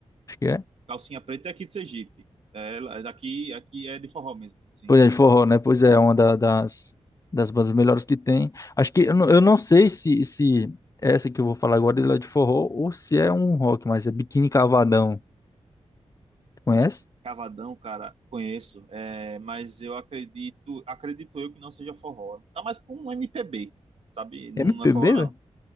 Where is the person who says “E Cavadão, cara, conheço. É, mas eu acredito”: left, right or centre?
Right